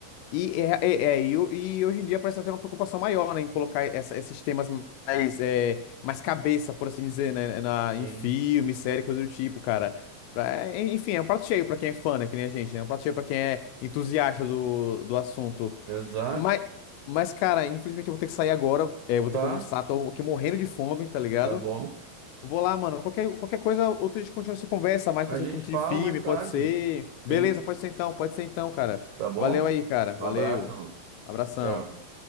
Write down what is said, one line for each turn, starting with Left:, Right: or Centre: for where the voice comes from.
Left: E, é, é, é, e, ho- e hoje em dia parece até uma preocupação maior, né, em colocar essa- esses temas mais, é, mais cabeça, por assim dizer, né, na, em
Right: Sim.
Left: filme, série, coisa do tipo, cara. Pra- é, enfim, é um prato cheio pra quem é fã, né, que nem a gente, né, é um prato cheio pra quem é entusiasta do, do assunto.
Right: Exato.
Left: Mas, mas, cara, infelizmente eu vou ter que sair agora, é, eu vou ter
Right: Tá,
Left: que almoçar, tô aqui morrendo de fome, tá ligado?
Right: tá bom.
Left: Vou lá, mano, qualquer, qualquer coisa, outro dia a gente continua essa conversa, mais
Right: A
Left: especificamente
Right: gente fala
Left: de filme,
Right: mais
Left: pode
Right: tarde.
Left: ser.
Right: Sim.
Left: Beleza, pode ser então, pode ser então, cara.
Right: Tá bom?
Left: Valeu aí, cara, valeu.
Right: Um abraço.
Left: Abração.
Right: Tchau.